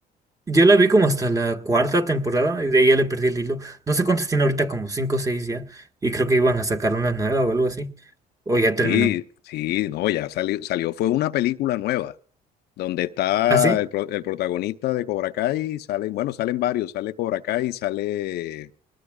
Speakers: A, on the right; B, on the left.
A: yo la vi como hasta la cuarta temporada y de ahí ya le perdí el hilo. No sé cuántas tiene ahorita, como cinco o seis ya. Y creo que iban a sacar una nueva o algo así. O ya
B: Sí,
A: terminó.
B: sí, no, ya salió, salió. Fue una película nueva, donde está
A: ¿Ah, sí?
B: el, pro- el protagonista de Cobra Kai, salen, bueno, salen varios, sale Cobra Kai, sale